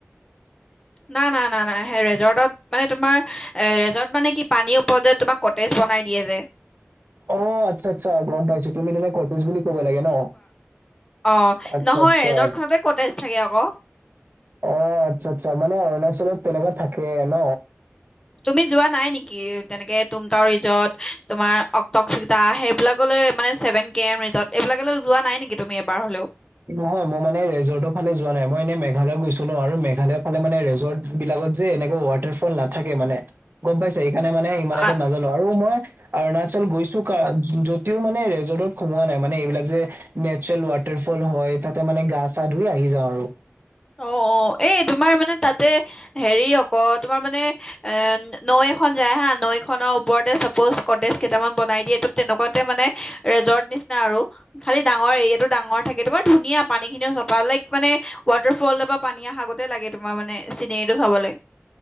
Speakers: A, on the left; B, on the right.
A: না না না না সেই ৰেজৰ্টত মানে তোমাৰ এ ৰেজৰ্ট মানে কি পানীৰ ওপৰত যে তোমাক কটেজ বনাই দিয়ে যে।
B: অ আচ্ছা আচ্ছা গম পাইছো, তুমি তেনে কৰ্তেজ বুলি ক'ব লাগে ন।
A: অঁ
B: আচ্ছা
A: নহয়,
B: আচ্ছা
A: ৰেজৰ্ট খনতে কৰ্টেজ থাকে আক।
B: অ' আচ্ছা, আচ্ছা মানে অৰুণাচলত তেনেকুৱা থাকে ন।
A: তুমি যোৱা নাই নেকি? তেনেকে তুংটাও ৰিজট তোমাৰ অক তকচি তা সেইবিলাকলৈ মানে ছেভেন কে এম ৰিজৰ্ট এইবিলাকলৈ যোৱা নাই নেকি তুমি এবাৰ হলেও?
B: নহয় মই মানে ৰেজৰ্টৰ ফালে যোৱা নাই মই এনেই মেঘালয় গৈছো নহ আৰু মেঘালয়ৰ ফালে মানে ৰেজৰ্ট বিলাকত যে এনেকুৱা ৱাটাৰফল নাথাকে মানে। গম পাইছে, সেইকাৰণে মানে ইমান
A: আ
B: এটা নাজানো আৰু মই অৰুণাচল গৈছো কাৰ যদিও মানে ৰেজৰ্টত সোমোৱা নাই মানে, এইবিলাক যে নেচাৰেল ৱাটাৰ পুল হয় তাতে মানে গা চা ধুই আহি যাওঁ আৰু।
A: অহঁ অহঁ এই তোমাৰ মানে তাতে হেৰি অক তোমাৰ মানে এহ নৈ এখন যায় হা, নৈ খনৰ ওপৰতে চাপ'জ কটেজ কেইটামান বনাই দিয়ে, ত তেনেকুৱাতে মানে ৰেজৰ্ট নিচিনা আৰু। খালি ডাঙৰ এৰিয়াটো ডাঙৰ থাকে। তোমাৰ ধুনীয়া পানী খিনিও চফা লাইক মানে। ৱাটাৰফলৰ পৰা পানী অহাগতে লাগে তোমাৰ মানে চিনেৰীটো চাবলে।